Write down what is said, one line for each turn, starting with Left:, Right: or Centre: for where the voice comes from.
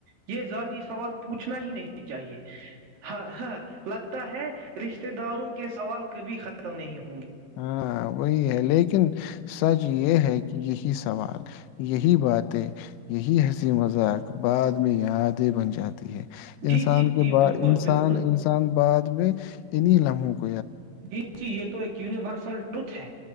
Right: یہ ذاتی سوال پوچھنا ہی نہیں چاہیے ہاں ہ لگتا ہے رشتے رشتہ داروں کے سوال کبھی ختم نہیں ہو
Left: ہاں وہی ہے لیکن سچ یہ ہے کہ یہی سوال یہی باتیں یہی ہنسی مذاق بعد میں یادیں بن جاتے ہے انسان
Right: جی جی
Left: کے
Right: جی
Left: ب
Right: بالکل
Left: انسان
Right: بالکل
Left: انسان بات ت میں اینی لام ہک
Right: جی جی یہ تو ایک یونیورس سو ٹوتھ ہے